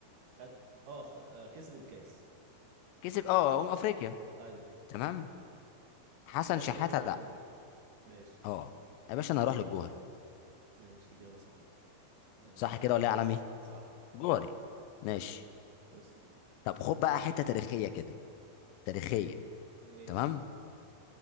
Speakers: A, on the right; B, on the left.
A: خد اه خ- آه، كسب الكاس
B: كسب اه امم افريقيا
A: ايوه
B: تمام حسن
A: كاس
B: شحاته
A: امم
B: لا
A: افريقيا ماشي
B: اه يا باشا انا هروح للجوهري
A: ماشي اجابه صحيحه الله ينور
B: صح كده ولا ايه يا عالمي
A: صح
B: جوهري ماشي
A: كويس
B: طب خد بقى حته تاريخيه كده تاريخيه
A: ماشي
B: تمام